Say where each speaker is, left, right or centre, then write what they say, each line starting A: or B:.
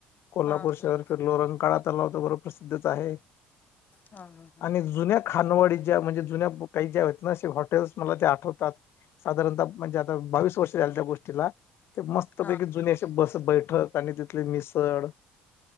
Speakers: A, on the left; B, on the left.
A: कोल्हापूर
B: हा हा
A: शहर फिरलो, रंकाळा तलाव तर बर प्रसिद्धच आहे.
B: हा हा
A: आणि जुन्या खानवळी ज्या म्हणजे जुन्या काही ज्या आहेत ना असे हॉटेलस् मला ते आठवतात. साधारणतः म्हणजे आता बावीस वर्ष झाले त्या गोष्टीला. ते मस्तपैकी
B: हा
A: जुनी असे बस बैठक, आणि तिथली मिसळ.